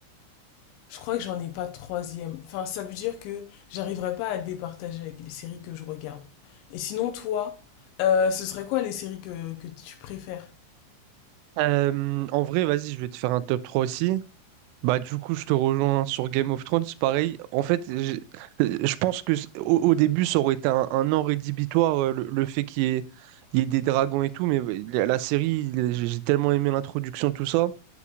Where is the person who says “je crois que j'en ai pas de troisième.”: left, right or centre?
Left